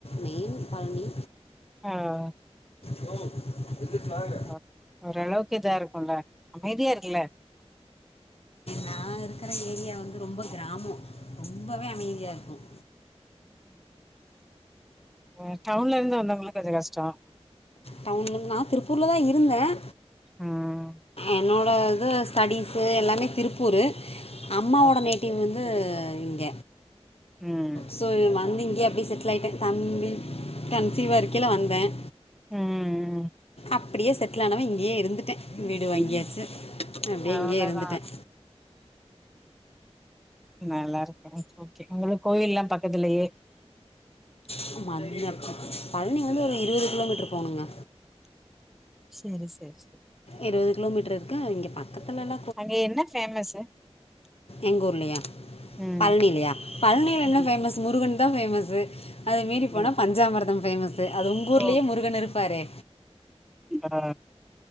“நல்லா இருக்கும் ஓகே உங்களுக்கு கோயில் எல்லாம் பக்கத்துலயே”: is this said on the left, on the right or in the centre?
Centre